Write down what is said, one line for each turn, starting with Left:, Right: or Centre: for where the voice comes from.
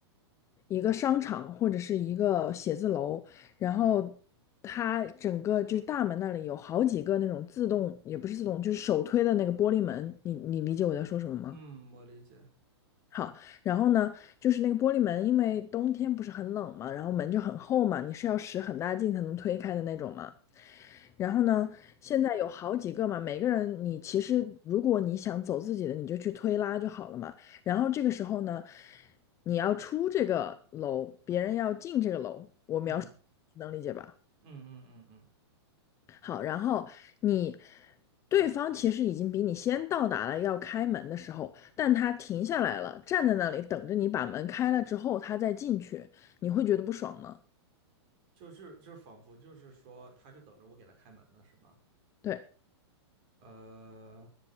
Left: 一个商场或者是一个写字楼，然后它整个就是大门那里有好几个那种自动，也不是自动，就是手推的那个玻璃门，你你理解我在说什么吗？
Right: 嗯，我理解，
Left: 好，然后呢，就是那个玻璃门，因为冬天不是很冷嘛，然后门就很厚嘛，你是要使很大劲才能推开的那种嘛。然后呢，现在有好几个嘛，每个人你其实如果你想走自己的，你就去推拉就好了嘛。然后这个时候呢，你要出这个楼，别人要进这个楼，我描述
Right: 嗯
Left: 能理解吧？
Right: 嗯嗯嗯嗯，
Left: 好，然后你对方其实已经比你先到达了要开门的时候，但他停下来了，站在那里等着你把门开了之后，他再进去，你会觉得不爽吗？
Right: 就是就仿佛就是说，他就等着我给他开门呢，是吧？
Left: 对，
Right: 呃，